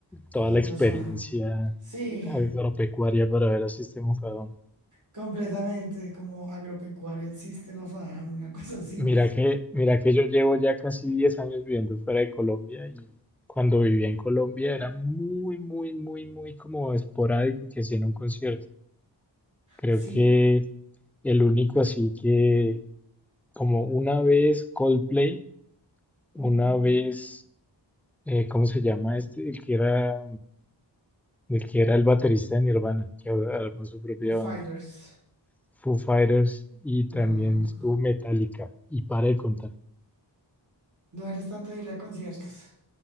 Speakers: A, on the right; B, in the centre.
A: y
B: Toda la
A: pues
B: experiencia
A: ajá, sí,
B: agropecuaria para ver a System of a Down.
A: completamente como agropecuario el System of a Down, una cosa así,
B: Mira que, mira que yo llevo ya casi 10 años viviendo fuera de Colombia y cuando vivía en Colombia era muy, muy, muy, muy como esporádico que hacían un concierto. Creo
A: sí,
B: que el único así que Como una vez Coldplay,
A: ujú,
B: una vez, eh, ¿cómo se llama este? El que era, el que era el baterista de Nirvana, que ahora armó su propia
A: Foo Fighters,
B: banda. Foo Fighters y
A: ajá,
B: también estuvo Metallica. Y para de contar.
A: no eres tanto de ir a conciertos,